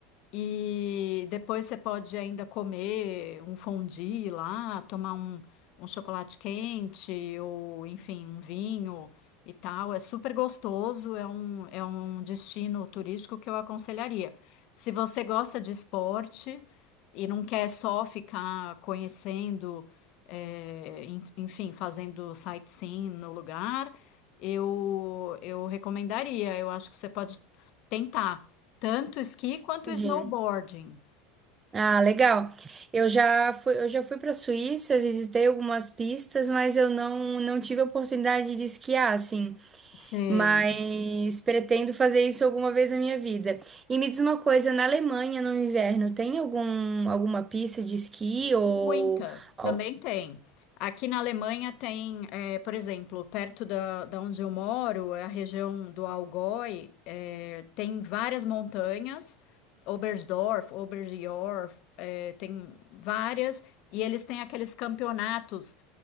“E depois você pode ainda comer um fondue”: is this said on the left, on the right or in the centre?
Left